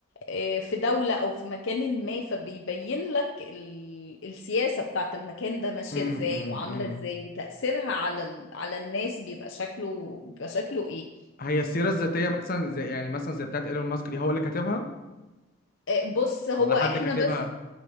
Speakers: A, on the left; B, on the left.
A: آه، في دولة أو في مكان ما فبيبين لك ال- السياسة بتاعت المكان ده ماشية
B: امم
A: ازاي
B: امم
A: وعاملة
B: أمم.
A: ازاي وتأثيرها على ال... على الناس بيبقى شكله بيبقى شكله ايه
B: هي السيرة الذاتية مثلا زي يعني مثلا زي بتاعت ايلون ماسك دي هو اللي كاتبها
A: آه، بص هو
B: ولا حد
A: احنا
B: كاتبها
A: بس